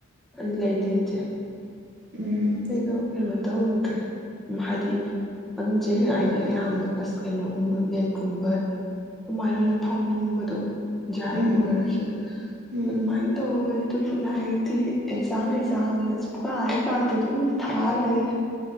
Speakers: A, in the centre; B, on the right.
A: ꯑꯂꯥꯏꯇ ꯑꯇꯦ
B: ꯎꯝ
A: ꯑꯩꯗꯣ ꯀꯩꯅꯣꯝꯇ ꯍꯧꯗ꯭ꯔꯦ ꯍꯥꯏꯗꯤ ꯑꯗꯨꯝ ꯆꯈ ꯑꯩꯗꯤ ꯑꯌꯥꯝꯕ ꯑꯁ ꯀꯩꯅꯣꯒꯨꯝꯕ ꯅꯦꯠꯀꯨꯝꯕ ꯀꯃꯥꯏꯅ ꯑꯣꯏꯅ ꯐꯥꯎꯅꯤꯡꯕꯗꯣ ꯌꯥꯖꯥꯏꯞ
B: ꯎꯝ
A: ꯑꯣꯏꯔꯁꯨ
B: ꯎꯝ
A: ꯑꯗꯨꯃꯥꯏꯅ ꯇꯧꯧꯕꯅꯤ ꯑꯗꯨ ꯂꯥꯏꯔꯤꯛꯇꯤ ꯑꯦꯛꯖꯥꯝ ꯑꯦꯛꯖꯥꯝꯅꯁꯨ ꯄꯥꯔꯦ ꯄꯥꯗꯗ ꯎ ꯊꯥ ꯂꯩ